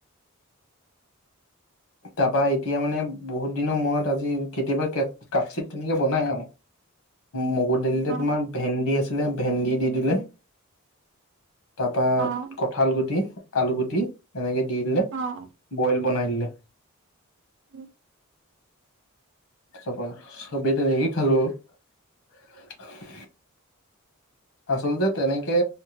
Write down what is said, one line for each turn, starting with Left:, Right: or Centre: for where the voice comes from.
Left: তাৰপা এতিয়া মানে বহুত দিনৰ মূৰত আজি কেতিয়াবা কেট কাটচিৎ তেনেকে বনাই আৰু মগু দালিতে
Right: অ অ
Left: তোমাৰ ভেন্দি আছিলে ভেন্দি দি দিলে তাৰপা
Right: অ।
Left: কঁঠাল গুটি আলু গুটি এনেকে দি দিলে
Right: অ',
Left: বইল বনাই দিলে
Right: উম
Left: ত তাপা চবেই তেনেকেই খালো আৰু আচলতে তেনেকে